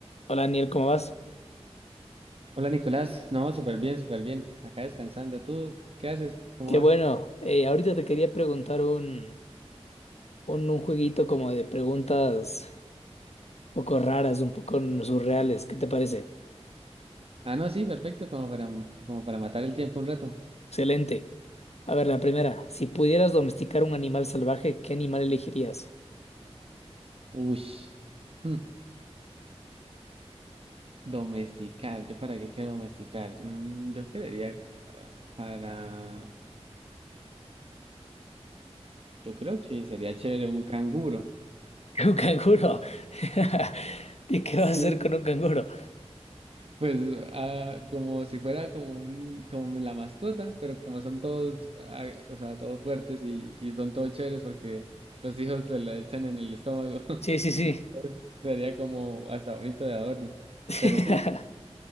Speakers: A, on the left; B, on the right.
A: Hola Daniel, ¿cómo vas?
B: Hola Nicolás, no, súper bien, súper bien. Acá descansando. ¿Tú qué haces? ¿Cómo
A: Qué
B: vas?
A: bueno. eh, ahorita te quería preguntar un, un, un jueguito como de preguntas un poco raras, un poco surreales. ¿Qué te parece?
B: Ah, no, sí, perfecto, como para, como para matar el tiempo un rato.
A: Excelente. A ver, la primera. Si pudieras domesticar un animal salvaje, ¿qué animal elegirías?
B: Ush, hmm, domesticar. ¿Yo para qué quiero domesticar? Mm, yo querría ah, para. Yo creo que sería chévere un canguro.
A: <laughs> Un canguro. <laughs> ¿Y qué
B: <laughs>
A: vas a hacer con
B: Sí,
A: un canguro?
B: Pues ah, como si fuera como un, como la mascota, pero como son todos, ah, o sea, todos fuertes y, y son todos chéveres porque los hijos se la echan en el estómago. <laughs>
A: Sí, sí,
B: Entonces,
A: sí.
B: Sería como hasta bonito de adorno.
A: <laughs>
B: Pero sí,